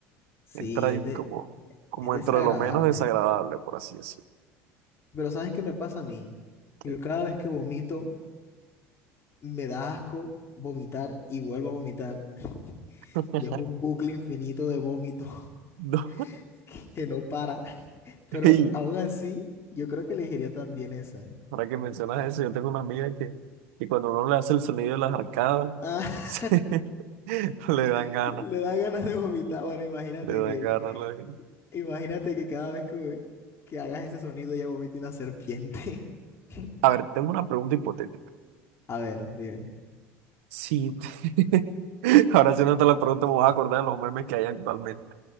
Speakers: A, on the left; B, on the right.
A: sí,
B: Entra ahí
A: es de,
B: como, como
A: es desagradable.
B: dentro de lo menos desagradable, por así decirlo.
A: Pero ¿sabes qué me pasa a mí? Yo
B: Que-
A: cada vez que vomito, me da asco vomitar y vuelvo a vomitar. <laughs>
B: <laughs>
A: Y es un bucle infinito de vómito <laughs>
B: No,
A: que que no para. Pero
B: y
A: aún así, yo creo que elegiría también esa.
B: ahora que mencionas eso, yo tengo una amiga que, que cuando uno le hace el sonido de las arcadas,
A: Ah,
B: <laughs> se- le dan
A: <laughs>
B: ganas,
A: le da ganas de vomitar. Bueno, imagínate
B: le dan
A: que,
B: ganas. le dan-
A: imagínate que cada vez que, que hagas ese sonido ya vomita una serpiente. <laughs>
B: A ver, tengo una pregunta hipotética.
A: A ver, dime,
B: Sí, <laughs> ahora sí, no te la pregunta me voy a acordar de los memes que hay actualmente.